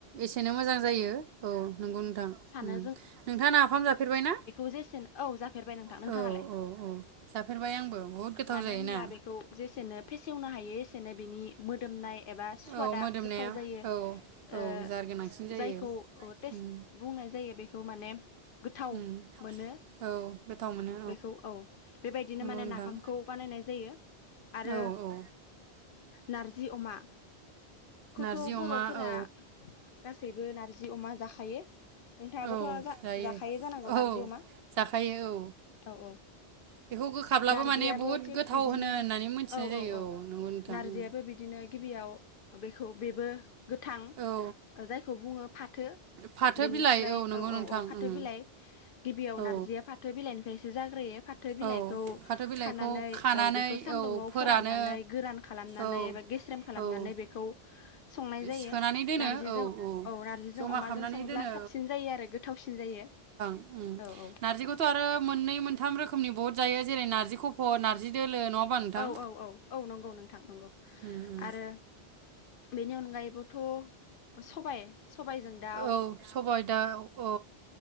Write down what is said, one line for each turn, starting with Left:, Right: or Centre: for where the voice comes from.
Right: एसेनो मोजां जायो औ नंगौ नोंथां
Left: सानो
Right: ओम, नोंथाङा नाफाम जाफेरबाय ना?
Left: जेसेन औ जा फेरबाय नोंथां नोंथाङालाय?
Right: औ औ औ जाफेरबाय आंबो बहुद गोथाव
Left: मानो
Right: जायोना
Left: होनब्ला बेखौ जेसेनो फेसेवनो हायो एसे जनो बिनि मोदोमनाय एबा स्वादा
Right: औ मोदोमनाया
Left: गोथाव जायो
Right: औ
Left: ओ
Right: औ जार गोनांसिन जायो
Left: जायखौ टेस्ट
Right: उम
Left: बुंनाय जायो बे थ' माने गोथाव
Right: उम
Left: मोनो
Right: औ गोथाव मोनो
Left: बेखौ औ बेबायदिनो
Right: नंगौ
Left: माने
Right: नोंथां
Left: नाफामखौ बानायनाय जायो आरो
Right: औ औ
Left: नारजि अमा खौथ'
Right: नारजि
Left: बर'फोरा
Right: अमा औ
Left: गासैबो नारजि जि अमा जाखायो नोंथाङाबोथ'
Right: औ जायो
Left: जाखायो जानांगौ नारजि
Right: औ
Left: जिअमा
Right: जाखायो औ
Left: औ औ
Right: बेखौ गोखाब्लाबो
Left: नारजियाबो
Right: माने बुहुद
Left: थिग
Right: गोथाव
Left: बिदिनो
Right: होनो होननानै मोनथिनाय
Left: औ
Right: जायो
Left: औ औ
Right: नंगौ नोंथां
Left: नारजियाबबो
Right: उम
Left: बिदिनो गिबियाव बेखौ बेबो गोथां
Right: औ
Left: जायखौ बुङो फाथो
Right: फाथो
Left: बेनिफ्राय
Right: बिलाइ नंगौ
Left: औ
Right: नोंथां
Left: औ औ फाथो
Right: उम
Left: बिलाइ गिबियाव
Right: औ
Left: नारजिया फाथो बिलाइनिफ्राय जाग्रोयो फाथो बिलाइखौ
Right: औ फाथो बिलाइखौ
Left: खानानै
Right: खानानै
Left: औ बेखौ सानदुंङाव
Right: औ फोरानो
Left: फोराननानै गोरान खालामनानै
Right: औ
Left: एबा गेस्रेम खालामनानै
Right: औ
Left: बेखौ संनाय जायो
Right: सोनानै दोनो
Left: नार्जिजों
Right: औ
Left: औ नार्जिजों
Right: जमा
Left: अमाजों
Right: खालामनानै
Left: सङोब्ला
Right: दोनो
Left: साबसिन जायो आरो गोथावसिन जायो।
Right: उ
Left: औ औ
Right: नारजिखौथ' आरो मोननै मोनथाम रोखोम रोखोमनि बहुत जायो जेरै नारजि खफ' नारजि दोलो नङा होमबा नोंथां
Left: औ औ औ औ नंगौ नोंथां नंगौ
Right: उम उम
Left: आरो बेनि अनगायैबोथ' सबाय सबायजों दाउ
Right: औ सबाय दाउ औ